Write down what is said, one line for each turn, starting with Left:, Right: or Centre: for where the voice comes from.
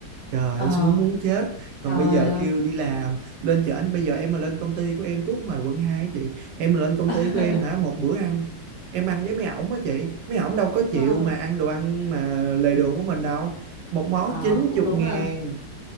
Right: Trời
Left: ờ
Right: ơi sướng muốn chết. Còn
Left: trời
Right: bây giờ
Left: ơi
Right: kêu đi làm, lên chợ anh bây giờ em mà lên công ty của em tuốt ngoài quận 2 á chị. Em mà lên công
Left: <laughs>
Right: ty của em hả một bữa ăn. Em ăn với mấy ổng á chị. Mấy ổng đâu có chịu
Left: ờ,
Right: mà ăn đồ ăn mà lề đường của mình đâu. Một món
Left: ờ
Right: chín
Left: cũng
Right: chục
Left: đúng
Right: ngàn.
Left: à